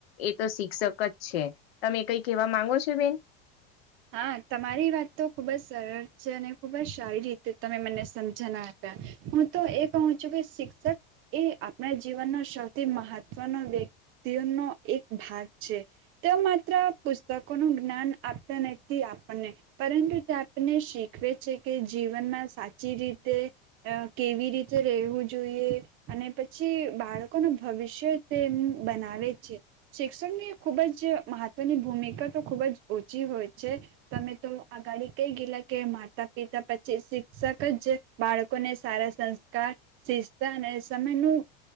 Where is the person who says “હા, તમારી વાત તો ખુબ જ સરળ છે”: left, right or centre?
Right